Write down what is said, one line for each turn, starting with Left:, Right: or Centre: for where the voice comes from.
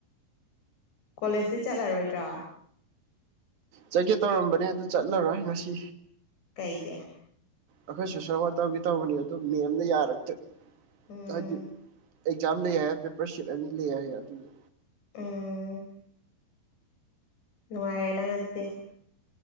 Left: ꯀꯣꯂꯦꯖꯇꯤ ꯆꯠꯂꯔꯣꯏꯗ꯭ꯔꫭ
Right: ꯆꯠꯀꯦ ꯇꯧꯔꯝꯕꯅꯦ ꯑꯗꯨ ꯆꯠꯂꯔꯣꯏ ꯉꯁꯤ
Left: ꯀꯩꯒꯤ
Right: ꯑꯈꯣꯏ ꯁꯣꯁꯦꯜ ꯋꯥꯛ ꯇꯧꯒꯦ ꯇꯧꯕꯅꯤ ꯑꯗꯨ ꯃꯦꯝꯅ ꯌꯥꯔꯛꯇꯦ
Left: ꯎꯝ
Right: ꯍꯥꯏꯗꯤ ꯑꯦꯛꯖꯥꯝ ꯂꯩ ꯍꯥꯏꯌꯦ ꯄꯦꯄꯔ ꯁꯤꯠ ꯑꯅꯤ ꯂꯩ ꯍꯥꯏꯌꯦ ꯑꯗꯨꯒꯤ
Left: ꯎꯝ꯫ ꯅꯨꯡꯉꯥꯏꯔꯦ ꯅꯪ ꯑꯗꯨꯗꯤ